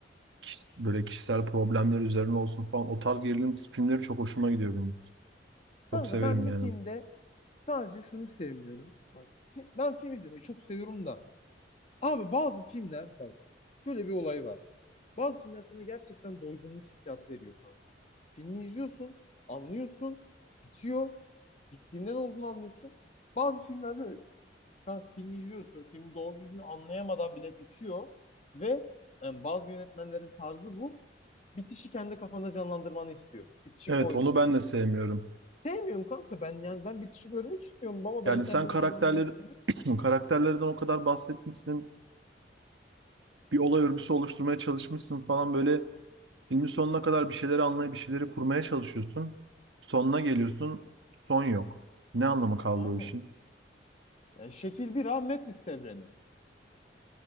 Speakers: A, on the right; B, on the left.
A: kiş- böyle kişisel problemler üzerine olsun falan o tarz gerilim filmleri çok hoşuma gidiyor benim.
B: Kanka
A: Çok severim
B: ben bir
A: yani.
B: filmde sadece şunu sevmiyorum. Bak, fi- ben film izlemeyi çok seviyorum da. Abi bazı filmler bak şöyle bir olay var. Bazı filmler sana gerçekten doygunluk hissiyatı veriyor kanka. Filmi izliyorsun, anlıyorsun, bitiyor. Bittiğinden olduğunu anlıyorsun. Bazı filmlerde de kanka filmi izliyorsun, filmi doğru düzgün anlayamadan bile bitiyor. Ve yani bazı yönetmenlerin tarzı bu. Bitişi kendi kafanda canlandırmanı istiyor. Bitişi
A: Evet
B: koymuyor.
A: onu ben de sevmiyorum. <clears throat>
B: Sevmiyorum kanka ben yani ben bitişi görmek istiyorum baba
A: Yani
B: ben kendimi
A: sen karakterleri
B: canlandırmak istemiyorum.
A: <clears throat> karakterlerden o kadar bahsetmişsin. bir olay örgüsü oluşturmaya çalışmışsın falan böyle filmin sonuna kadar bir şeyleri anlayıp bir şeyleri kurmaya çalışıyorsun. Sonuna geliyorsun, son yok. Ne anlamı kaldı
B: Aynen.
A: o işin?
B: Yani şekil bir ha Matrix evreni.